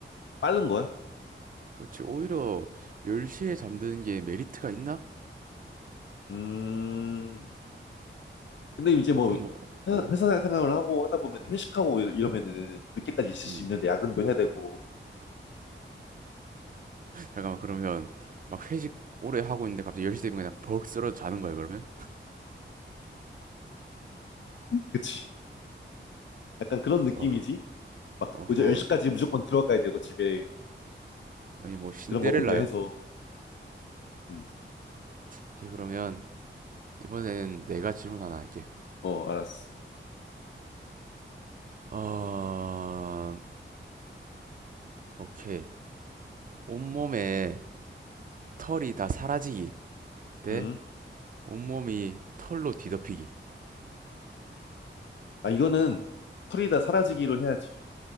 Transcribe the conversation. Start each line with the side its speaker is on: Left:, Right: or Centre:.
Left: 빠른 거야?
Right: 그렇지 오히려 10시에 잠드는 게 메리트가 있나?
Left: 음. 근데 이제 뭐
Right: 요즘 뭐
Left: 회사,
Right: 어?
Left: 회사 생활을 하고 하다 보면 회식하고 이- 이러면은 늦게까지 있을 수
Right: 음
Left: 있는데 야근도 해야 되고.
Right: 잠깐만 그러면 막 회식 오래 하고 있는데 갑자기 10시 되면 그냥 벅 쓰러져 자는 거야 그러면?
Left: 그치. 약간 그런 느낌이지?
Right: 어
Left: 막
Right: 어허
Left: 이제 10시까지
Right: 저,
Left: 무조건 들어가야 되고 집에
Right: 아니 뭐 신데렐라요?
Left: 그런 거 고려해서. 음.
Right: 오케이 그러면 이번엔 내가 질문 하나 할게
Left: 어, 알았어.
Right: 어 오케이 온몸에 털이 다 사라지기 대
Left: 음.
Right: 온몸이 털로 뒤덮이기
Left: 아, 이거는 털이 다 사라지기로 해야지.